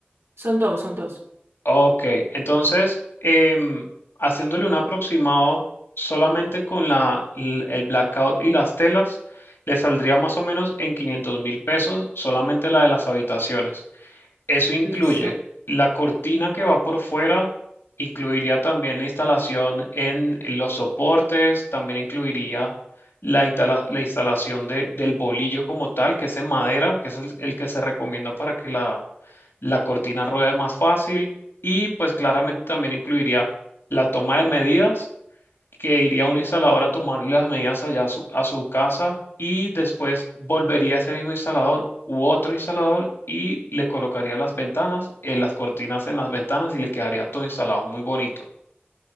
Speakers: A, on the right; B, on the left.
A: Son dos, son dos.
B: Ok, entonces, em, haciéndole un aproximado solamente con la, l- el blackout y las telas, le saldría más o menos en quinientos mil pesos solamente la de las habitaciones. Eso incluye
A: Listo.
B: la cortina que va por fuera, incluiría también la instalación en los soportes, también incluiría la, instala- la instalación de, del bolillo como tal, que es en madera, que es el, el que se recomienda para que la, la cortina ruede más fácil. Y pues claramente también incluiría la toma de medidas que iría un instalador a tomarle las medidas allá a su, a su casa y después volvería ese mismo instalador u otro instalador y le colocaría las ventanas, eh, las cortinas en las ventanas y le quedaría todo instalado muy bonito.